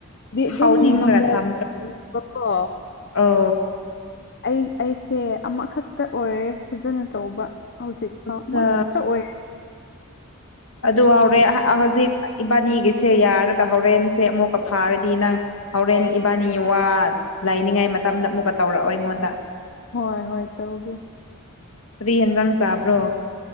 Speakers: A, on the left; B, on the left.
A: ꯗꯤ
B: ꯁꯥꯎꯅꯤꯡ
A: ꯑꯗꯨꯝ ꯅꯝꯕꯔ
B: ꯔꯙ꯭ꯔ
A: ꯆꯠꯂꯦꯕꯀꯣ
B: ꯑꯣ
A: ꯑꯩ ꯑꯩꯁꯦ ꯑꯃꯈꯛꯇ ꯑꯣꯏꯔꯦ ꯐꯖꯅ ꯇꯧꯕ ꯍꯧꯖꯤꯛ ꯐꯥꯎ
B: ꯑꯆꯥ
A: ꯑꯃꯈꯛꯇ ꯑꯣꯏꯔꯦ
B: ꯑꯗꯨ ꯍꯧꯥꯎꯔꯦ ꯍꯧꯖꯤꯛ ꯏꯕꯥꯅꯤꯒꯤꯁꯦ ꯌꯥꯔꯒ ꯍꯣꯔꯦꯟꯁꯦ ꯑꯃꯨꯛꯀ ꯐꯥꯔꯗꯤ ꯅꯪ ꯍꯣꯔꯦꯟ ꯏꯕꯥꯅꯤ ꯋꯥ ꯂꯥꯏꯅꯤꯡꯉꯥꯏ ꯃꯇꯝꯗ ꯑꯃꯨꯛꯀ ꯇꯧꯔꯛꯑꯣ ꯑꯩꯉꯣꯟꯗ
A: ꯍꯣꯏ ꯍꯣꯏ ꯇꯧꯒꯦ
B: ꯐꯔꯤ ꯌꯦꯟꯖꯥꯡ ꯆꯥꯕ꯭ꯔꯣ